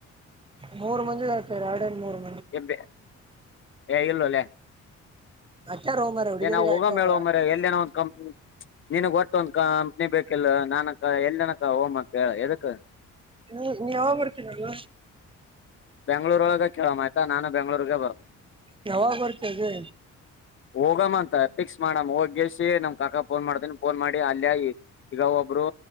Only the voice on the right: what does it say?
ಮೂರು ಮಂದಿ ಆತರ್ ಎರಡನ್ ಮೂರು ಮಂದ
ಹಾಕ್ಯಾರ ಹೋ ಮಾರಾಯ ಹುಡುಗಿಯರಿಗೆ
ಹಾಕ್ಯಾರ
ಹ್ಮ್ ನೀ ಯಾವ ಬರ್ತೀನಲ್ಲ
ಕೆವ ಕೊತದೆ